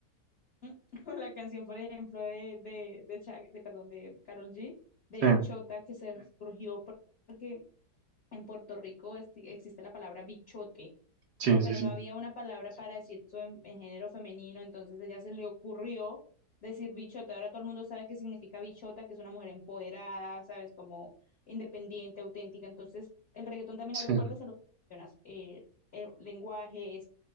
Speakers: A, on the left; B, on the right.
A: <laughs> O la canción, por ejemplo, de, de, de, Shak- de, perdón, de Karol G, de
B: Sí,
A: Bichota, que se surgió por- porque en Puerto Rico es- existe la palabra bichote,
B: sí,
A: ¿no? Pero
B: sí, sí.
A: no había una palabra Sí. para decir eso en, en género femenino, entonces ella se le ocurrió decir bichota. Ahora todo el mundo sabe qué significa bichota, que es una mujer empoderada, ¿sabes? Como independiente, auténtica. Entonces, el reggaetón también
B: Sí,
A: abre puertas a lo que mencionas, eh, el lenguaje,